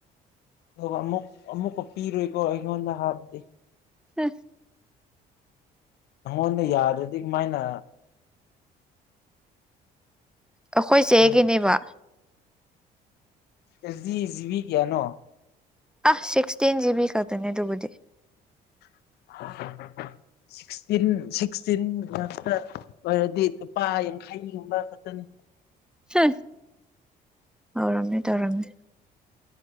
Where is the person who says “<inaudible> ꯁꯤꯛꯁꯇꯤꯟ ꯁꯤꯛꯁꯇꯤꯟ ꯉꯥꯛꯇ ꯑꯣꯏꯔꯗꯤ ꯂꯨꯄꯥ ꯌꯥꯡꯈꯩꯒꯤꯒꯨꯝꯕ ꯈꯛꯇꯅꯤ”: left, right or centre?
Left